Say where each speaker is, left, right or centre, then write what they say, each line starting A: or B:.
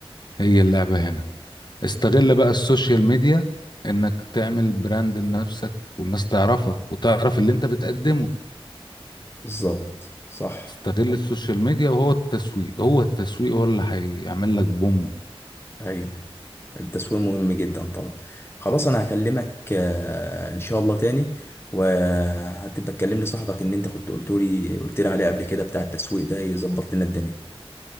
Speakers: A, on the left; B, on the left.
A: هي اللعبة هنا استغل بقى السوشيال ميديا انك تعمل براند لنفسك والناس تعرفك وتعرف اللي انت بتقدمه
B: بالظبط صح
A: استغل السوشيال ميديا وهو التسويق هو التسويق هو اللي هيعمل لك بوم
B: أيوه التسويق مهم جدا طبعا خلاص أنا هكلمك آه، إن شاء الله تاني وهتبقى تكلم لي صاحبك إن أنت كنت قلت لي قلت لي عليه قبل كده بتاع التسويق ده يظبط لنا الدنيا